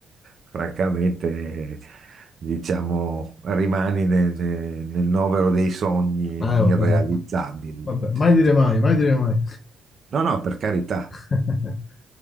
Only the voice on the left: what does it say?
Eh, vabbè,
oh. Vabbè, mai
dire mai, mai dire mai.
<laughs>